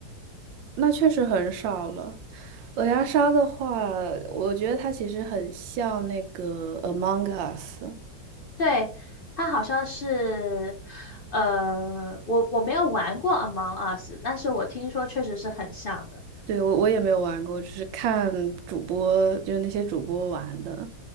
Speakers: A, on the right; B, on the left.
A: 那确实很少了。鹅鸭杀的话，我觉得它其实很像那个 Among Us。
B: 对，它好像是，呃，我我没有玩过 Among Us，但是我听说确实是很像的。
A: 对，我我也没有玩过，只是看主播，就是那些主播玩的。